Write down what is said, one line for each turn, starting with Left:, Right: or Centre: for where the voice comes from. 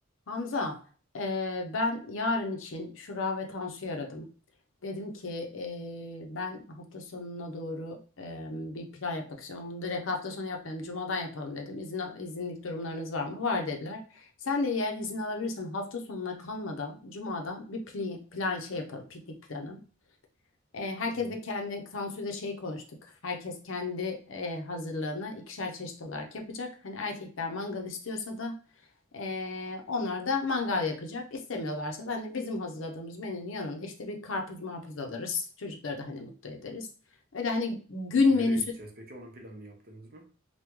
Left: Hamza, eee, ben yarın için Şura ve Tansu'yu aradım. Dedim ki eee, ben hafta sonuna doğru eee, bir plan yapmak istiyorum. Ama bunu direkt hafta sonu yapmayalım. Cuma'dan yapalım dedim. İzin, izinlik durumlarınız var mı? Var dediler. Sen de eğer izin alabilirsen hafta sonuna kalmadan Cuma'dan bir plan, plan şey yapalım. Piknik planı. E, herkes
Right: Hı
Left: de kendi sansürde şey konuştuk. Herkes kendi e, hazırlığını ikişer çeşit olarak yapacak. Hani erkekler mangal istiyorsa da e, onlar da mangal yakacak. İstemiyorlarsa da hani bizim hazırladığımız menünün yanında işte bir karpuz marpuz alırız. Çocukları da hani mutlu ederiz. Öyle hani gün
Right: Nereye
Left: menüsü
Right: gideceğiz? Peki onun planını yaptınız mı?